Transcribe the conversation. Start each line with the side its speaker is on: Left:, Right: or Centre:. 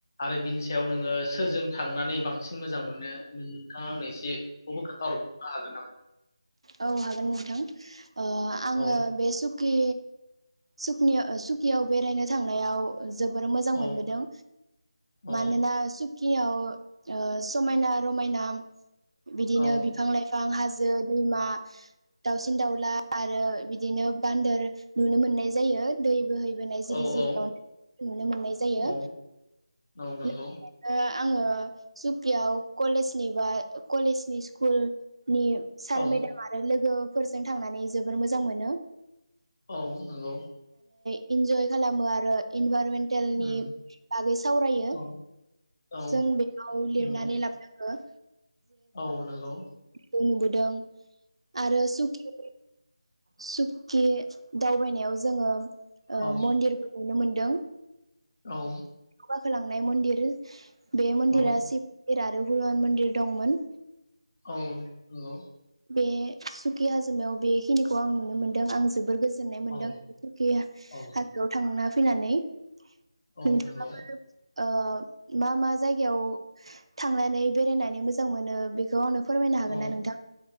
Left: आरो बिनि सायाव नोङो सोरजों थांनानै बांसिन मोजां मोनो नोंथाङा आंनो एसे एखौबो खोनथाहर बावनो हागोन नामा
Right: औ हागोन नोंथां ओ आङो
Left: औ
Right: बे सुु खि सुकनि ओ सुकियाव बेरायनो थांनायाव जोबोर मोजां
Left: औ
Right: मोनबोदों
Left: औ
Right: मानोना सु खियाव ओ समायना रमायना बिदिनो
Left: औ
Right: बिफां लाइफां हाजो मा दाउसिन दाउला आरो बिदिनो बान्दोर नुनो मोननाय जायो। दै बोहै बोनाय जिरि
Left: औ
Right: जिरिआव
Left: औ
Right: नुनो मोननाय जायो।
Left: औ औ नंगौ
Right: लोगोसे आङो सुकियाव कलेजनि बा कलेजनि स्कुल सार
Left: औ
Right: मेडाम आरो लोगो फोरजों थांनानै जोबोर मोजां मोनो।
Left: औ नंगौ।
Right: इनजय खालामो आरो इनभारनमेन्ट टेलनि
Left: उम
Right: बागै सावरायो।
Left: औ औ
Right: जों बेयाव लिरनानै
Left: नंगौ
Right: लाबो नांगौ। ओ
Left: औ नोंगौ।
Right: खौ नुबोदों। आरो सुकि सुकि दावबायनायाव जोङो ओ
Left: औ
Right: मन्दिरबो नुनो मोन दों।
Left: औ
Right: गाखोलांनाय मन्दिर बे मन्दिरा
Left: औ
Right: सिब <inaudible> आरो हनुमान मन्दिर दंमोन।
Left: औ नंगौ।
Right: बे सुकि हाजोमायाव बेखिनिखौ आं नुनो मोन्दों आं जोबोर गोजोन नाय मोनदों
Left: औ
Right: सुकि हाजोआव
Left: औ
Right: थांना फैनानै नोंथाङाबो
Left: औ नंगौ
Right: ओ मा मा जायगायाव थांनानै बेरायनानै मोजां मोनो बेखौ आंनो फोरमायनो हागोन
Left: औ
Right: नों